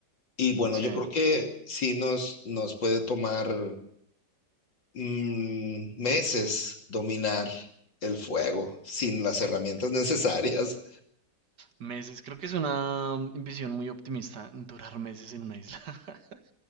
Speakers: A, on the left (about 85°); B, on the right (about 65°).
A: y bueno,
B: Sí.
A: yo creo que sí nos, nos puede tomar. mm, meses dominar el fuego sin las herramientas <laughs> necesarias.
B: Meses, creo que es una mm, visión muy optimista durar meses en una isla. <laughs>